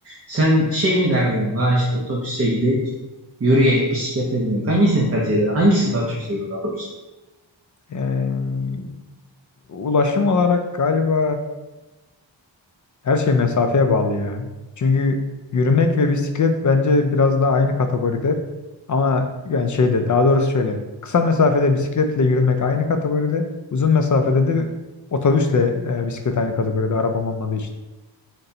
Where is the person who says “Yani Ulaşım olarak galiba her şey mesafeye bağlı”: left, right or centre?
Left